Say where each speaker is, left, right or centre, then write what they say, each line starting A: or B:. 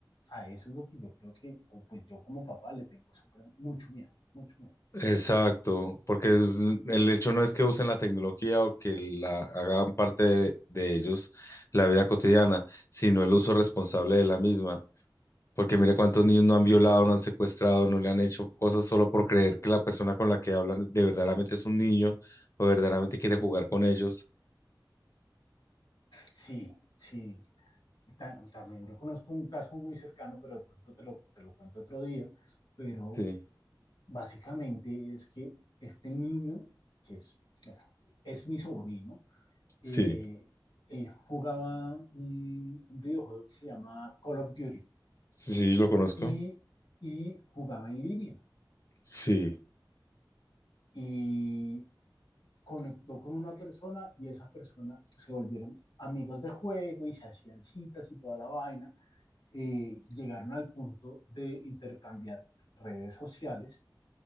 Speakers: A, on the left (about 75°); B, on the left (about 40°).
A: a eso es lo que yo creo que, o pues yo como papá le tengo súper- mucho miedo, mucho miedo.
B: Exacto, porque es- el hecho no es que usen la tecnología o que la hagan parte de, de ellos la vida cotidiana, sino el uso responsable de la misma. Porque mire cuántos niños no han violado, no han secuestrado, no le han hecho cosas solo por creer que la persona con la que hablan de verdaderamente es un niño o verdaderamente quiere jugar con ellos.
A: Sí, sí. Está- también yo conozco un caso muy cercano, pero de pronto te lo, te lo cuento otro día, pero
B: Sí,
A: Básicamente es que este niño, que es, bueno, es mi sobrino, eh,
B: Sí,
A: él jugaba un, un videojuego que se llama Call of Duty
B: sí, sí, lo conozco.
A: y, y jugaba en línea
B: sí,
A: y conectó con una persona y esa persona se volvieron amigos de juego y se hacían citas y toda la vaina. eh, llegaron al punto de intercambiar redes sociales